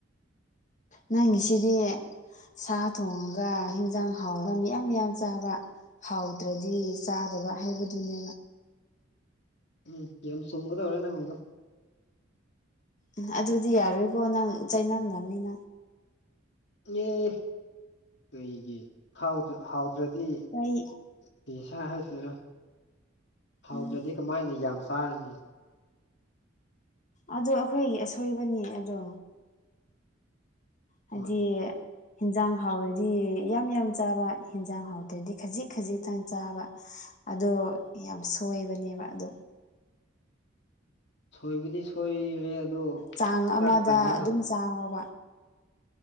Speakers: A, on the left; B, on the left.
A: ꯅꯪꯒꯤꯁꯤꯗꯤ ꯁꯥ ꯊꯣꯡꯉꯒ ꯏꯟꯖꯥꯡ ꯍꯥꯎꯔꯒ ꯃꯤꯌꯥꯝ ꯌꯥꯝ ꯆꯥꯕ ꯍꯥꯎꯗ꯭ꯔꯗꯤ ꯆꯥꯗꯕ ꯍꯥꯏꯕꯗꯨꯅꯦꯕ
B: ꯎꯝ ꯌꯥꯝ ꯆꯨꯝꯒꯗꯧꯔꯦ ꯅꯪꯒꯗꫭ
A: ꯎ ꯑꯗꯨꯗꯤ ꯌꯥꯔꯣꯏꯕꯦ ꯅꯪ ꯆꯩꯅꯝꯅꯝꯃꯤ ꯅꯪ
B: ꯑꯦ ꯀꯩꯒꯤ ꯍꯥꯎ꯭ꯔ ꯍꯥꯎꯗ꯭ꯔꯗꯤ
A: ꯑꯩꯩ
B: ꯄꯦ ꯁꯥꯔ ꯍꯥꯏꯁꯤꯔ ꯍꯥꯎꯗ꯭ꯔꯗꯤ
A: ꯎꯝ
B: ꯀꯃꯥꯏꯅ ꯌꯥꯝ ꯆꯥꯔꯅꯤ
A: ꯑꯗꯣ ꯑꯩꯈꯣꯏꯒꯤ ꯑꯁꯣꯏꯕꯅꯤ ꯑꯗꯣ ꯍꯥꯏꯗꯤ
B: ꯍꯣꯏ
A: ꯍꯟꯖꯥꯡ ꯍꯥꯎꯔꯗꯤ ꯌꯥꯝ ꯌꯥꯝ ꯆꯥꯕ ꯍꯦꯟꯖꯥꯡ ꯍꯥꯎꯇꯗꯤ ꯈꯖꯤꯛ ꯈꯖꯤꯛꯇꯪ ꯆꯥꯕ ꯑꯗꯣ ꯌꯥꯝ ꯁꯣꯏꯕꯅꯦꯕ ꯑꯗꯣ
B: ꯁꯣꯏꯕꯗꯤ ꯁꯣꯏꯔꯦ ꯑꯗꯣ
A: ꯆꯥꯡ ꯑꯃꯗ
B: ꯆꯥꯛ ꯇꯪꯕ
A: ꯑꯗꯨꯝ
B: ꯉꯝ
A: ꯆꯥꯎꯑꫭ ꯕ